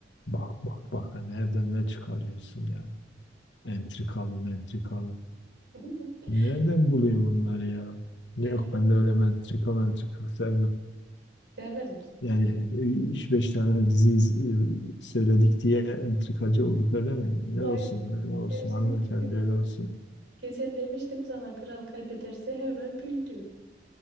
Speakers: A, on the left (about 75°); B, on the right (about 90°).
A: Bak bak bak ha, nereden ne çıkarıyorsun ya? Entrikalı mentrikalı.
B: <laughs>
A: Nereden buluyor bunları ya?
B: Nerede?
A: Yok ben de öyle mentrika mentrika sevmem.
B: Sevmez misin?
A: Yani e, üç beş tane dizi iz- e, söyledik diye entrikacı olduk öyle mi? Ne
B: Hayır.
A: olsun, öyle olsun,
B: Her şeyi
A: hanımefendi
B: biliyorum.
A: öyle olsun.
B: Geçen demiştim sana kral kaybederse hemen bildi.